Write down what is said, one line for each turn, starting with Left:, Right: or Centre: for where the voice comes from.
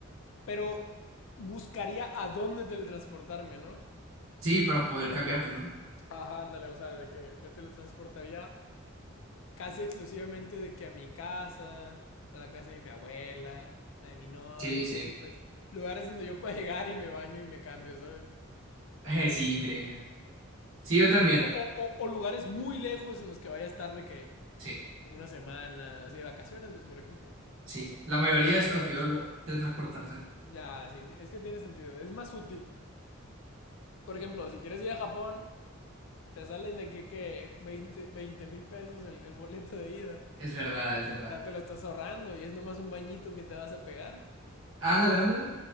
Left: pero buscaría a dónde teletransportarme, ¿no?
Right: Sí, para poder
Left: Por ejemplo,
Right: cambiarte, ¿no?
Left: ajá, ándale, o sea, de que me teletransportaría casi exclusivamente de que a mi casa, a la casa de mi abuela, la de mi novia
Right: Sí, sí.
Left: y así, pues, lugares donde yo pueda llegar y me baño y me cambio, ¿sabes?
Right: Eh, sí, increíble. Sí, yo también.
Left: Sí, o, o, o lugares muy lejos en los que vaya a estar de que
Right: Sí,
Left: una semana, así de vacaciones, pues, por ejemplo.
Right: sí. La mayoría
Left: De que vayas.
Right: escogió lo- teletransportarse.
Left: Ya, sí, es que tiene sentido. Es más útil. Por ejemplo, si quieres ir a Japón, te salen de que, que veinte mil pesos el, el boleto de ida.
Right: Es verdad, es verdad.
Left: Ya te lo estás ahorrando y es nomás un bañito que te vas a pegar.
Right: Ándale, ándale.